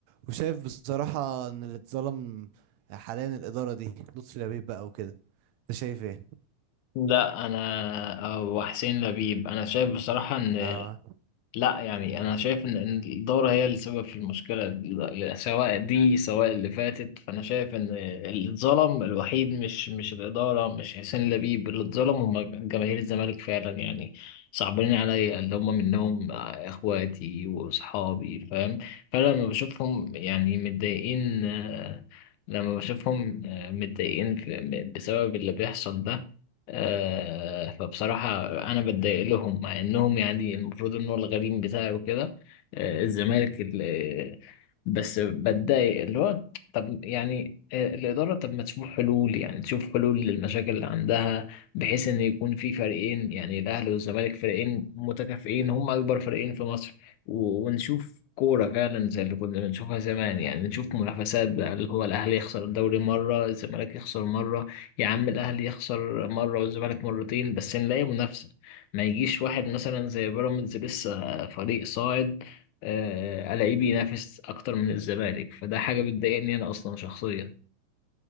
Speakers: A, on the right; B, on the left.
A: وشايف بصراحة ان اللي اتظلم حاليا الإدارة دي لطفي لبيب بقى وكده انت شايف ايه؟
B: لا انا او حسين لبيب انا شايف بصراحة ان
A: اه
B: لا يعني انا شايف ان إن الدوره هي السبب في المشكله ال- سواء دي سواء اللي فاتت فانا شايف ان اللي اتظلم الوحيد مش مش الاداره مش حسين لبيب اللي اتظلم هم جماهير الزمالك فعلا يعني صعبانين عليا اللي هم منهم اخواتي واصحابي فاهم فانا لما بشوفهم يعني متضايقين آه، لما بشوفهم آه، متضايقين في- بسبب اللي بيحصل ده آه، فبصراحة أنا بتضايق لهم مع إنهم يعني المفروض إن هو الغريم بتاعي وكده آه، الزمالك ال- بس بتضايق اللي هو طب يعني آه، الإدارة طب ما تشوف حلول يعني تشوف حلول للمشاكل اللي عندها بحيث إن يكون في فريقين يعني الأهلي والزمالك فريقين متكافئين هم أكبر فريقين في مصر و- ونشوف كورة فعلا زي اللي كنا بنشوفها زمان يعني نشوف منافسات بقى اللي هو الأهلي يخسر الدوري مرة الزمالك يخسر مرة يا عم الاهلي يخسر مره والزمالك مرتين بس نلاقي منافسه ما يجيش واحد مثلا زي بيراميدز لسه فريق صاعد آه، الاقيه بينافس اكتر من الزمالك فده حاجه بتضايقني انا اصلا شخصيا